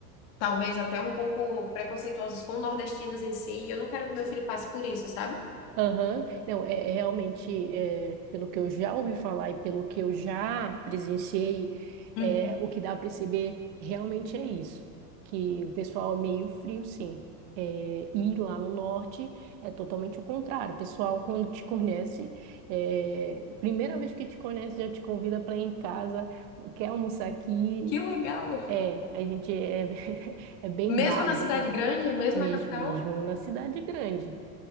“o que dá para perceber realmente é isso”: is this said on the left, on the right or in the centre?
Right